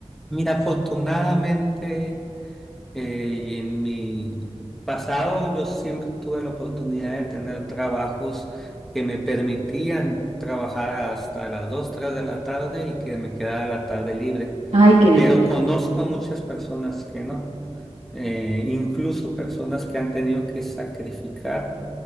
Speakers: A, in the centre; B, on the right (about 75°).
A: Mira, afortunadamente, Eh, y en mi pasado yo siempre tuve la oportunidad de tener trabajos que me permitían trabajar hasta las 2 3 de la tarde y que me quedara la tarde libre.
B: Ay, qué dicho.
A: Pero conozco muchas personas que no, eh, incluso personas que han tenido que sacrificar